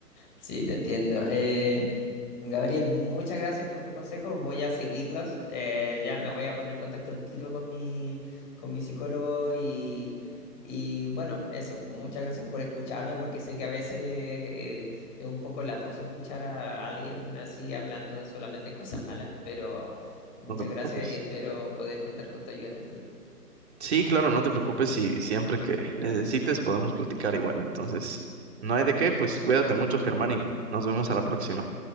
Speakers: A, on the left; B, on the right.
A: sí, te entiendo. Eh, Gabriel, muchas gracias por tus consejos. Voy a seguirlos. Eh, ya me voy a poner en contacto al tiro con mi, con mi psicólogo y, y bueno, eso. Muchas gracias por escucharme porque sé que a veces eh, es un poco latoso escuchar a alguien así hablando solamente <laughs> cosas malas, pero muchas
B: no te preocupes.
A: gracias y espero poder contar con tu ayuda en un futuro.
B: Sí, claro, no te preocupes y siempre que necesites podemos platicar igual. Entonces, no hay de qué, pues cuídate mucho, Germán, y nos vemos a la próxima.